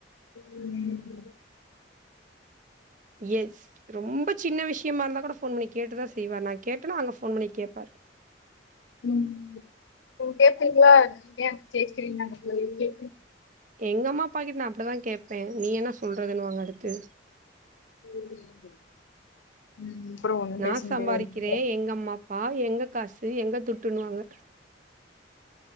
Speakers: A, on the left (about 80°); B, on the right (about 45°).
A: ம் ம்
B: எஸ் ரொம்ப சின்ன விஷயமா இருந்தா கூட ஃபோன் பண்ணி கேட்டுதா செய்வாரு நா கேட்டனே அங்க ஃபோன் பண்ணி கேப்பாரு
A: உம் உ பேசுறீங்களா ஏ பேசுறீங்க அங்க போய் கே
B: எங்கம்மா அப்பா கிட்ட நா அப்டிதா கேப்பே நீ என்ன சொல்ரதுனுவாங்க அடுத்து
A: <inaudible> உம் அப்றோஒண்ணு
B: நா
A: பேச முடியாது
B: சம்பாரிக்கிறே
A: அதுக்கப்புறோ
B: எங்க அம்மா அப்பா எங்க காசு எங்க துட்டுன்னுவாங்க